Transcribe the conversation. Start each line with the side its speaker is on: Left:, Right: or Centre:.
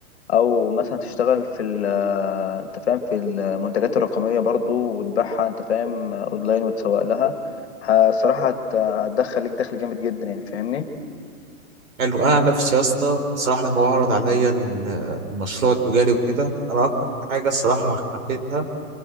Left: او مثلا تشتغل في ال- آه، انت فاهم في المنتجات الرقميه برضو وتبيعها انت فاهم آه، اونلاين وتسوق لها ه- الصراحه هت- هتدخل لك دخل جامد جدا يعني فاهمني
Right: حلو انا عن نفسي يا اسطى بصراحه لما بعرض عليا ال- المشروع التجاري وكده انا اكتر حاجه الصراحه حبيتها